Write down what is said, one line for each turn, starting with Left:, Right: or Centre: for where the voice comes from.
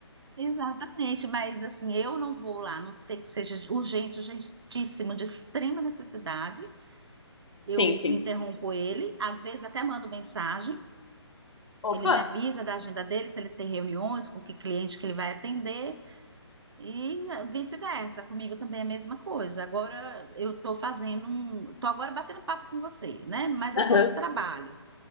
Right: Exatamente, mas assim, eu não vou lá, a não sei que seja urgente, urgentíssimo, de extrema necessidade. Eu
Left: Sim, sim.
Right: interrompo ele, às vezes até mando mensagem,
Left: Opa!
Right: ele me avisa da agenda dele, se ele tem reuniões, com que cliente que ele vai atender, e vice-versa, comigo também é a mesma coisa. Agora eu estou fazendo um, estou agora batendo papo com você, né? Mas é
Left: Aham,
Right: sobre trabalho.